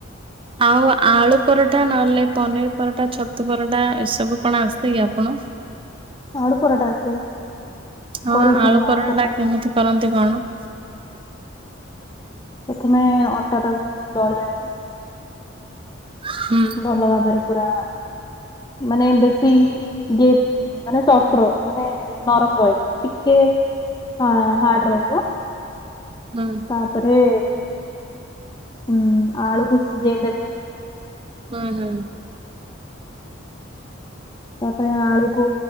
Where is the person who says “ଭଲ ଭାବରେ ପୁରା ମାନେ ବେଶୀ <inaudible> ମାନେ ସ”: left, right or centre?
Left